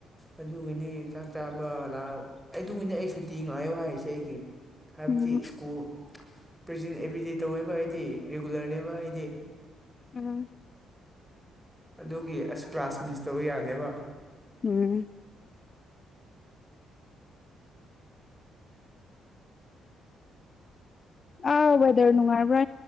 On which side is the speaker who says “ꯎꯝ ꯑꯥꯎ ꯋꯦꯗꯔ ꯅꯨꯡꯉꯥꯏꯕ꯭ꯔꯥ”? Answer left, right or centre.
Left